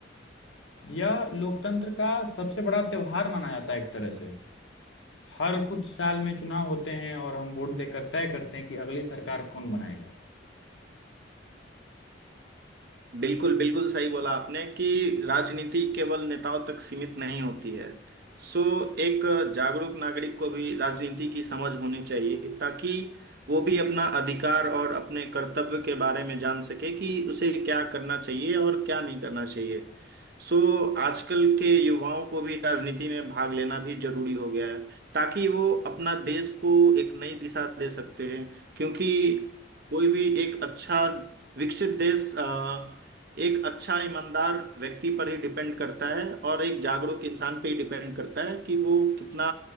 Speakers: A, on the left; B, on the right.
A: यह लोकतंत्र का सबसे बड़ा त्योहार माना जाता है एक तरह से हर कुछ साल में चुनाव होते हैं और हम वोट देकर तय करते हैं कि अगली सरकार कौन बनाएगा
B: बिल्कुल बिल्कुल सही बोला आपने कि राजनीति केवल नेताओं तक सीमित नहीं होती है सो एक जागरूक नागरिक को भी राजनीति की समझ होनी चाहिए ताकि वो भी अपना अधिकार और अपने कर्तव्य के बारे में जान सके कि उसे क्या करना चाहिए और क्या नहीं करना चाहिए सो आजकल के युवाओं को भी राजनीति में भाग लेना भी जरूरी हो गया है ताकि वो अपना देश को एक नई दिशा दे सकते हैं क्योंकि कोई भी एक अच्छा विकसित देश अ, एक अच्छा ईमानदार व्यक्ति पर ही डिपेंड करता है और एक जागरूक इंसान पे ही डिपेंड करता है कि वो कितना